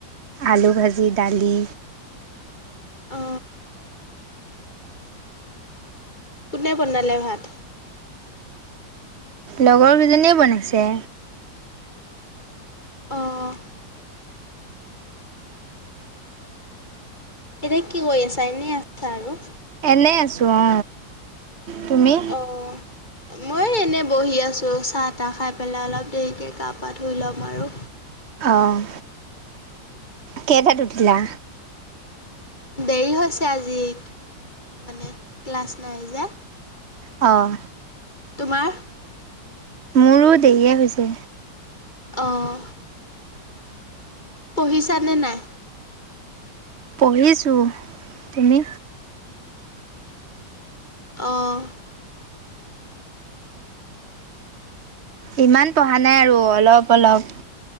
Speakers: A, on the right; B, on the left.
A: আলু ভাজি, দালি।
B: অ কোনে বনালে ভাত।
A: লগৰ কেইজনীয়ে বনাইছে।
B: অঁ। এনে কি কৰি আছা এনেই আছা আৰু।
A: এনে আছো অ তুমি।
B: অঁ মই এনেই বহি আছোঁ, চাহ তাহ খাই পেলাই অলপ দেৰিকৈ গাহ পা ধুই ল'ম আৰু।
A: অঁ। কেইটাত উঠিলা?
B: দেৰি হৈছে আজি মানে ক্লাছ নাই যে।
A: অঁ।
B: তোমাৰ?
A: মোৰো দেৰিয়ে হৈছে।
B: অঁ' পঢ়িছানে নাই?
A: পঢ়িছোঁ, তুমি?
B: অঁ।
A: ইমান পঢ়া নাই আৰু অলপ অলপ।